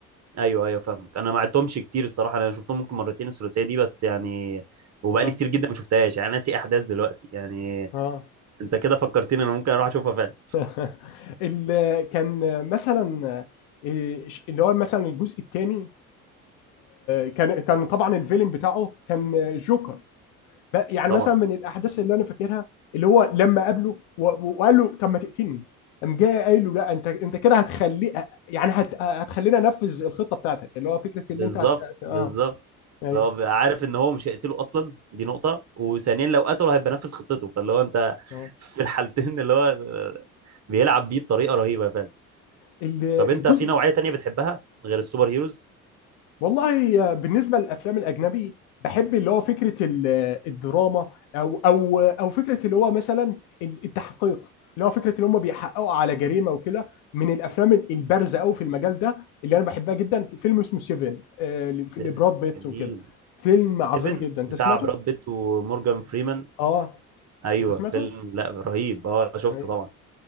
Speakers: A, on the right; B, on the left.
A: ايوه ايوه فاهمك انا ما عدتهمش كتير الصراحه انا شفتهم ممكن مرتين الثلاثيه دي بس يعني وبقالي
B: اه
A: كتير جدا ما شفتهاش يعني ناسي احداث دلوقتي يعني
B: اه
A: انت كده فكرتني انا ممكن اروح اشوفها فعلا
B: <laughs> اللي كان مثلا إيه، اللي هو مثلا الجزء الثاني كان كان طبعا الفيلم بتاعه كان جوكر ب- يعني
A: طبعا
B: مثلا من الاحداث اللي انا فاكرها اللي هو لما قابله و- و- وقال له طب ما تقتلني قام جاي قايل له لا انت انت كده هتخلي يعني هت... هتخلينا انفذ الخطه بتاعتك اللي هو فكره اللي
A: بالظبط
B: انت هت... اه
A: بالظبط
B: ايوه
A: لو بقى عارف ان هو مش هيقتله اصلا دي نقطه وثانيا لو قتله هيبقى نافذ خطته فاللي هو انت
B: اه
A: <laughs> في الحالتين اللي هو بيلعب بيه بطريقه رهيبه فعلا
B: ال-
A: طب انت
B: الجزء
A: في نوعيه تانية بتحبها غير السوبر هيروز
B: والله بالنسبة للأفلام الأجنبي بحب اللي هو فكرة ال- الدراما أو أو أو فكرة اللي هو مثلا التحقيق اللي هو فكرة اللي هم بيحققوا على جريمة وكده من الأفلام البارزة أوي في المجال ده اللي أنا بحبها جدا فيلم اسمه سيفن آه،
A: 7
B: لبراد بيت
A: جميل
B: وكده فيلم
A: 7
B: عظيم جدا أنت
A: بتاع
B: سمعته؟
A: براد بيت ومورجان فريمان
B: أه
A: ايوه
B: أنت سمعته؟
A: فيلم لا رهيب اه شفته
B: أيوه
A: طبعا